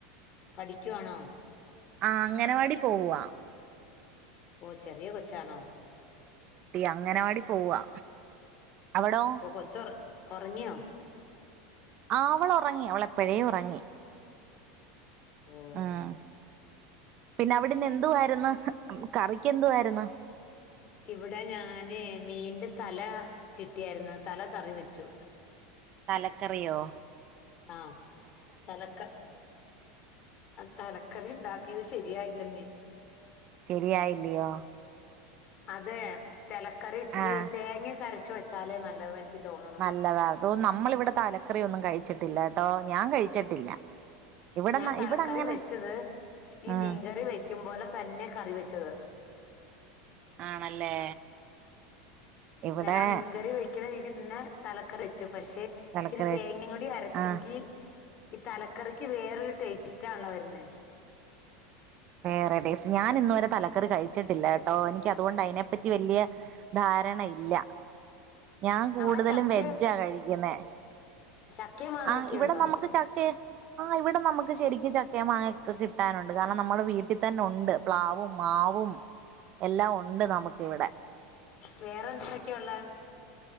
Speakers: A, on the left (about 35°); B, on the right (about 35°).
A: പഠിക്കുവാണോ
B: ആ അങ്ങനവാടി പോവുവ
A: ഓ ചെറിയ കൊച്ചാണോ
B: അങ്ങനവാടി പോവാ അവിടോ
A: അപ്പൊ കൊച്ചോറ് ഒറങ്ങ്യോ
B: ആ അവൾ ഒറങ്ങി അവളെ എപ്പഴേ ഉറങ്ങി
A: ഓ
B: ഉം പിന്നെ അവിടെന്ന് എന്തുവായിരുന്നു കറിക്ക് എന്തുവായിരുന്നു.
A: ഇവിടെ ഞാന് മീന്റെ തല കിട്ടിയായിരുന്നു തല കറി വെച്ചു
B: ലക്കറിയോ
A: ആഹ തലക്ക തലക്കറി ഉണ്ടാക്കിയത് ശരി യായില്ലെന്നേ
B: ശരിയായില്ലയോ
A: അതെ തലക്കറി ഇച്ചിരി
B: ആഹ്
A: തേങ്ങ യെകര വച്ച വെച്ചാലേ നല്ലതും എനിക്ക് നിക്ക് തോന്നുണു
B: നല്ലതാ അതോ നമ്മളിവിടെ തലക്കറി ഒന്നും കഴിച്ചിട്ടില്ല ട്ടോ ഞാൻ കഴിച്ചിട്ടില്ല ഇവിടെ
A: ഞാൻ തലക്കറി
B: ഇവിടെ അങ്ങനെ
A: വെച്ചത് ഈ
B: ഉം
A: മീൻകറി വയ്ക്കും പോലെ തന്നെ കറി വെച്ചത്.
B: ആണല്ലേ ഇവിടെ
A: ഞാൻ ആ മീൻകറി വെക്കുന്ന രീതിൽന്നെ തല കറെച്ചു പക്ഷെ
B: തലക്കറി
A: ഇച്ചിരി തേങ്ങയും
B: വെച്ച്
A: കൂടി അരച്ചെങ്കി
B: ആഹ്
A: ഈ തലക്കറിക്ക് വേറൊരു ടേസ്റ്റാണ് വരുന്നേ
B: വേറെടേസ്റ്റ് ഞാൻ ഇന്ന് വരെ തലക്കറി കഴിച്ചിട്ടില്ല ട്ടോ എനിക്ക് അതുകൊണ്ട് അയിനെപ്പറ്റി വലിയ ധാരണയില്ല ഞാൻ കൂടുതലും
A: അവിടെ ചക്കയും
B: വെജ്ജാകഴിക്കുന്നേ
A: ചക്കയും മാങ്ങയൊക്കെ
B: ആഹ് ഇവിടെ
A: ഉണ്ടോ
B: നമുക്ക് ചക്കേ ആ ഇവിടെ നമുക്ക് ശരിക്കും ചക്കയും മാങ്ങയൊക്കെ കിട്ടാറുണ്ട് കാരണം നമ്മടെ വീട്ടി തന്ന ഒണ്ട് പ്ലാവും മാവും എല്ലാം ഒണ്ട് നമുക്കിവിടെ
A: വേറെ എന്തൊക്കെയാ ഉള്ളേ